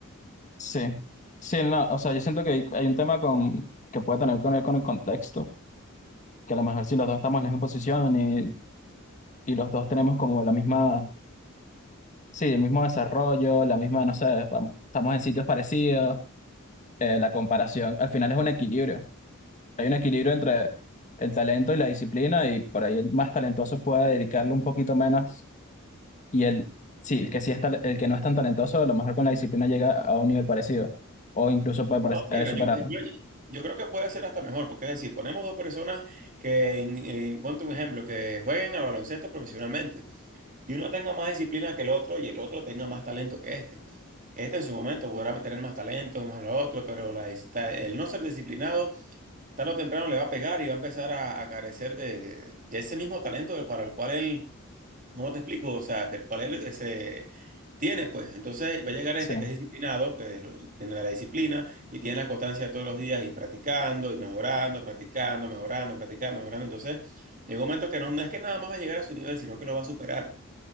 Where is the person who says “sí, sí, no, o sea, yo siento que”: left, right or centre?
Left